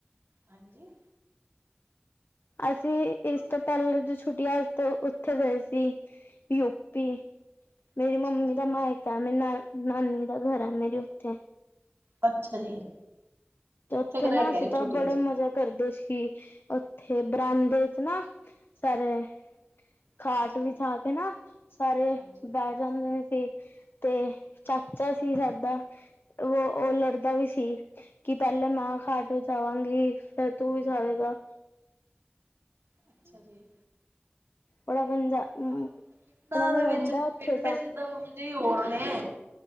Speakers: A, on the right; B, on the left.
A: ਹਾਂਜੀ।
B: ਅਸੀਂ ਇਸ ਤੋਂ ਪਹਿਲੇ ਦੀ ਛੁੱਟੀਆਂ ਤੋਂ ਉੱਥੇ ਗਏ ਸੀ ਯੂ ਪੀ। ਮੇਰੀ
A: ਅੱਛਾ
B: ਮੰਮੀ
A: ਜੀ।
B: ਦਾ ਮਾਇਕ ਹੈ। ਮੇ ਨ ਨਾਨੀ ਦਾ ਘਰ ਆ ਮੇਰੀ ਉੱਥੇ।
A: ਅੱਛਾ ਜੀ।
B: ਤੇ ਉੱਥੇ
A: ਕੁ ਰਹਿ
B: ਨਾ
A: ਕੇ
B: ਅਸੀਂ
A: ਆਏ
B: ਤਾਂ
A: ਛੁੱਟੀਆਂ
B: ਬੜੇ
A: ਚ।
B: ਮਜ਼ੇ ਕਰਦੇ ਸੀ। ਉੱਥੇ ਬਰਾਂਦੇੇ ਚ ਨਾ ਸਾਰੇ ਖਾਟ
A: ਅੱਛਾ
B: ਵਿਛਾ
A: ਜੀ
B: ਕੇ ਨਾ ਸਾਰੇ
A: ਹਾਂਜੀ
B: ਬੈਠ ਜਾਂਦੇ ਸੀ, ਤੇ ਚਾਚਾ ਸੀ ਸਾਡਾ। ਵੋ ਔ ਲੜਦਾ ਵੀ ਸੀ ਕਿ ਪਹਿਲਾਂ ਮੈਂ ਖਾਟ ਵਿੱਚ ਜਾਵਾਂਗੀ ਫੇ ਤੂੰ ਵਿਛਾਵੇਗਾ।
A: ਅੱਛਾ ਜੀ।
B: ਬੜਾ <unintelligible>
A: ਆ ਪਿੰਡਾਂ
B: ਬੜਾ ਮਜ਼ਾ
A: ਦੇ ਵਿੱਚ
B: ਆਉਂਦਾ ਉੱਥੇ
A: ਪਿੰਡ ਚ ਤਾਂ ਮਜੇ ਹੋਰ ਨੇ।